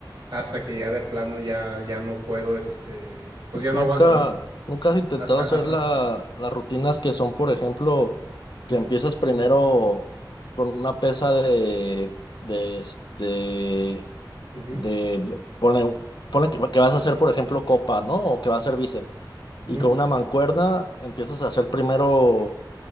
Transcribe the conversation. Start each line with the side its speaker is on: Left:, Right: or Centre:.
Right: hasta que ya de plano ya, ya no puedo, este, pues ya no
Left: Nunca,
Right: aguanto, ¿no?
Left: nunca has intentado
Right: Hasta,
Left: hacer
Right: a-
Left: la-
Right: hasta.
Left: las rutinas que son, por ejemplo, que
Right: ujú,
Left: empiezas primero con una pesa de, de este,
Right: ujú,
Left: de, ponle, ponle que, que vas a hacer, por ejemplo, copa, ¿no? O que va a hacer bíceps.
Right: ujú.
Left: Y con una mancuerna empiezas a hacer primero